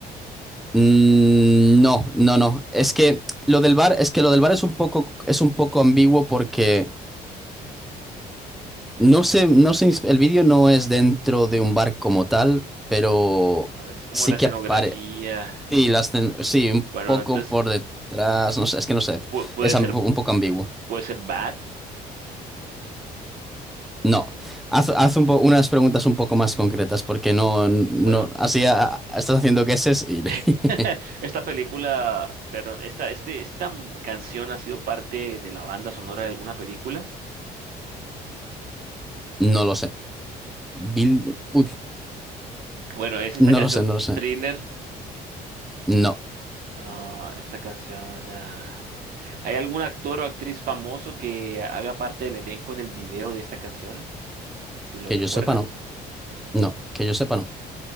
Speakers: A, in the centre; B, on the right.
A: mm, no, no, no. Es que lo del bar, es que lo del bar es un poco, es un poco ambiguo porque No sé, no sé, el vídeo no es dentro de un bar como tal, pero
B: Ah, Es como
A: sí
B: la
A: que
B: escenografía.
A: aparece. Sí, las ten- sí, un
B: Bueno,
A: poco
B: entonces
A: por detrás. No sé, es que no sé.
B: pu- puede
A: Es am-
B: ser,
A: un poco ambiguo.
B: puede ser Bad.
A: No. Haz, haz un po- unas preguntas un poco más concretas, porque no, no,
B: Bueno,
A: así ah, estás haciendo guesses y
B: <laughs>
A: <laughs>
B: esta película, perdón, esta, este, esta mu- canción ha sido parte de la banda sonora de alguna película.
A: no lo sé. Bill, uy,
B: Bueno, es esta
A: no
B: canción
A: lo sé, no lo sé.
B: Thriller.
A: No,
B: ah, esta canción. ah, ¿Hay algún actor o actriz famoso que haga parte del elenco en el video de esta canción? Si lo
A: que
B: recuerdas.
A: yo sepa no. No, que yo sepa no.